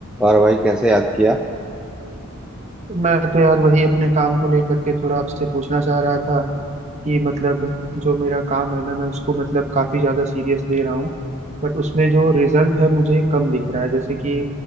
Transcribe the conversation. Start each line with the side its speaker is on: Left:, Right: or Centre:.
Centre: और भाई कैसे याद किया
Right: मैं तो यार वही अपने काम को लेकर के थोड़ा आपसे पूछना चाह रहा था कि मतलब जो मेरा काम है ना मैं उसको मतलब काफी ज्यादा सीरियस ले रहा हूँ बट उसमें जो रिजल्ट है मुझे कम दिख रहा है जैसे कि